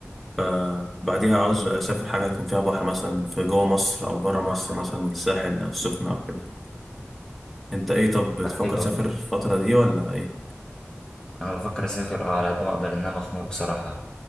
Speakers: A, in the centre; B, on the left.
A: فبعديها عاوز اسافر حاجه يكون فيها بحر مثلا في جوه مصر او بره مصر مثلا الساحل او السخنه او كده انت ايه طب بتفكر
B: طب حلو
A: تسافر
B: قوي
A: الفتره دي ولا ايه
B: انا بفكر اسافر اه على قد ما اقدر ان انا مخنوق بصراحه